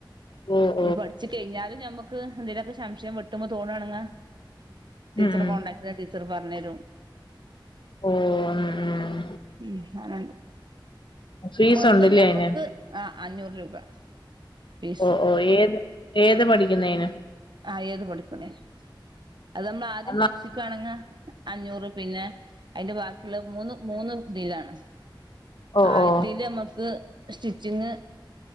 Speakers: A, on the left; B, on the right.
A: ഏഹ്,
B: പഠിച്ച് കഴിഞ്ഞാലും നമുക്ക് എന്തെങ്കലൊക്കെ സംശയം വെട്ടുമ്പോ തോന്നാണങ്ക ടീച്ചറെ
A: ഉം ഉം
B: കോണ്ടാക്റ്റെ ടീച്ചർ പറഞ്ഞു തരും,
A: ഓഹ് ആഹ ആഹ
B: ഉ ആഹ
A: ഫീസുണ്ട്ല്ലേ
B: കൊഴപ്പെല്ല
A: അയിന്
B: നമ്ക്ക് ആഹ അഞ്ഞൂറ് രൂപ, ഫീസ്
A: ഓഹ് ഓഹ് ഏത് ഏത് പഠിക്കുന്നതിനു,
B: ആഹ് ഏത് പഠിക്കുന്നേനും, അത് നമ്മൾ ആദ്യം
A: ഉം
B: ബേസിക്കാണെങ്ക അഞ്ഞൂറ് പിന്നെ, അയ്ന്റെ ബാക്കിയുള്ള മൂന്ന് മൂന്ന് തിലാണ്
A: ഓ
B: ആദ്യത്തേതില്
A: ഓ
B: നമ്മുക്ക്, സ്റ്റിച്ചിങ്